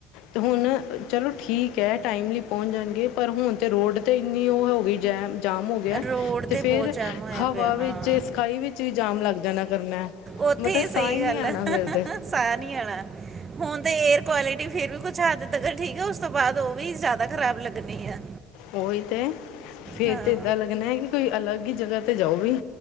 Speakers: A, on the left; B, on the right.
A: ਤੇ ਹੁਣ ਚਲੋ ਠੀਕ ਐ ਟਾਈਮਲੀ ਪੌਂਚ ਜਾਣਗੇ ਪਰ ਹੁਣ ਤੇ ਰੋਡ ਤੇ ਇੰਨੀ ਓ ਹੋ ਗਈ ਜੈਮ ਜਾਮ ਹੋ ਗਿਆ
B: ਰੋਡ
A: ਤੇ ਫਿਰ
B: ਬਹੁਤ ਜਾਮ ਹੋਇਆ
A: ਹਵਾ
B: ਪਿਆ
A: ਵਿੱਚ
B: ਹਾਂ
A: ਸਕਾਈ ਵਿੱਚ ਵੀ ਜਾਮ ਲੱਗ ਜਾਣਾ ਕਰਨਾ
B: ਓਥੇ
A: ਮਤਲਬ
B: ਈ
A: ਸਾਹ
B: ਸਹੀ
A: ਹੀ ਨਹੀਂ
B: ਗੱਲ
A: ਆਣਾ
B: ਐ
A: ਫਿਰ ਤੇ
B: ਸਾਹ ਨੀ ਆਣਾ ਹੁਣ ਤੇ ਏਅਰ ਕੁਆਲਿਟੀ ਫਿਰ ਕੁੱਛ ਹੱਦ ਤੱਕ ਠੀਕ ਆ ਉਸ ਤੋਂ ਬਾਦ ਓ ਵੀ ਜ਼ਿਆਦਾ ਖ਼ਰਾਬ ਲੱਗਣੀ ਆ
A: ਓਹੀ ਤੇ ਫਿਰ
B: ਹਾਂ
A: ਇਹਦਾ ਤੇ ਏਦਾਂ ਲੱਗਣਾ ਐ ਕਿ ਕੋਈ ਅਲੱਗ ਹੀ ਜਗਾ 'ਤੇ ਜਾਓ ਵੀ